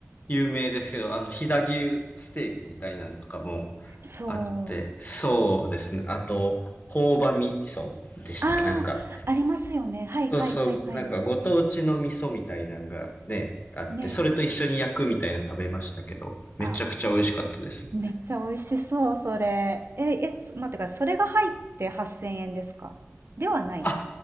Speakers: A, on the left; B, on the right.
A: 有名ですけど、あの、飛騨牛ステーキみたいなのとかも
B: そう。
A: あって、そうですね。あと、朴葉味噌でしたっけなんか、
B: ああ、ありますよね。はいはいはいはい。
A: そうそう、なんかご当地の味噌みたいなのがね、あって、
B: ね。
A: それと一緒に焼くみたいなの食べましたけど、めちゃくちゃ美味しかったです。
B: あ、めっちゃ美味しそう、それ。え、え、そ待ってください。それが入って8000円ですかではない。
A: あ、